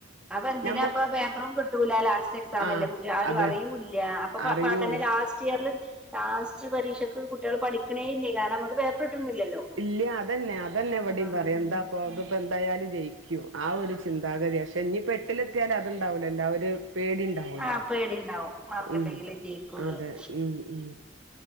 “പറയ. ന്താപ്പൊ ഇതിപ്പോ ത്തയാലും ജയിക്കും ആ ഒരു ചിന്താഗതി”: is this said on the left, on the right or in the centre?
Right